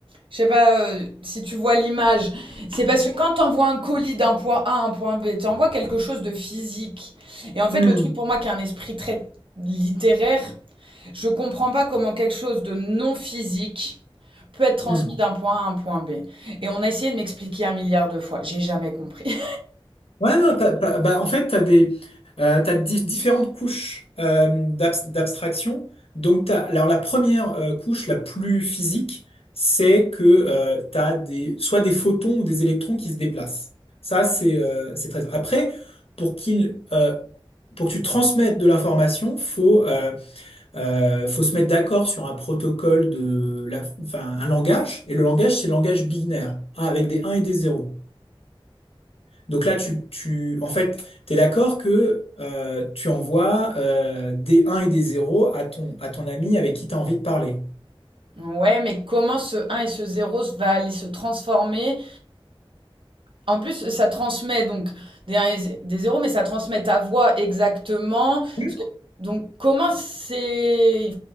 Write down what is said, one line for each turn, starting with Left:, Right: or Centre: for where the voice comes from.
Right: je sais pas euh, si tu vois l'image, c'est parce que quand tu envoies un colis d'un point A à un point B, tu envoies quelque chose de physique. Et en fait,
Left: Hmm,
Right: le truc pour moi qui a un esprit très littéraire, je comprends pas comment quelque chose de non physique peut être transmis
Left: hmm.
Right: d'un point A à un point B. Et on a essayé de m'expliquer un milliard de fois, j'ai jamais compris.
Left: Ouais, non, t'as- t'as- bah, en fait, tu as des, euh, t'as di- différentes couches euh, d'abs- d'abstraction. Donc, t'as, alors, la première euh, couche, la plus physique, c'est que tu as des, soit des photons ou des électrons qui se déplacent. Ça, c'est euh, c'est très... Après, pour qu'il, euh, pour que tu transmettes de l'information, faut, euh, euh, faut se mettre d'accord sur un protocole de la, enfin, un langage. Et le langage, c'est le langage binaire, hein, avec des 1 et des 0. Donc là, tu, tu, en fait, t'es d'accord que euh, tu envoies euh, des 1 et des 0 à ton, à ton ami avec qui tu as envie de parler.
Right: Ouais, mais comment ce 1 et ce 0 va aller se transformer? En plus, ça transmet donc des 1 et zé- des 0, mais ça transmet ta voix exactement. Parce
Left: Ouais.
Right: que- Donc, comment c'est...